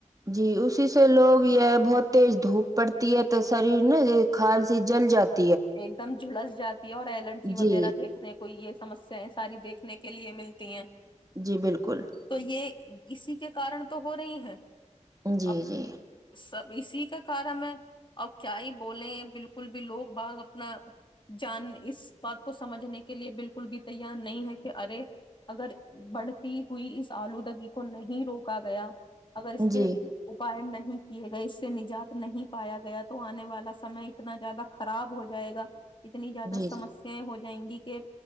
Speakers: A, on the right; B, on the left.
A: جی اسی سے لوگ یہ بہتے دھوپ پڑتی ہے تو شریر نا یہ کھالسی جل جاتا
B: ایک دم جلس جاتی ہے اور الرجی وغیرہ
A: جی
B: دیکھنے کو یہ سمسیایں ساری دیکھنے کے لیے ملتی ہیں
A: جی بالکل
B: تو یہ اسی کے کارن تو ہو رہی ہیں
A: جی
B: اب
A: جی
B: سب اسی کا کارا میں اب کیا ہی بولے ہیں بالکل بھی لوگ باغ اپنا جان اس بات کو سمجھنے کے لیے بالکل بھی تیار نہیں ہے کہ ارے اگر بڑھتی ہوئی اس آلودگی کو نہیں روکا گیا اگر اس
A: جی
B: کے اائے نہیں کیے گئے اس سے نجات نہیں پایا گیا تو آنے والا سمے اتنا زیادہ خراب ہو جائے گا اتنی زیادہ
A: جی
B: سمسیا
A: جی
B: ہو جائیں گی کہ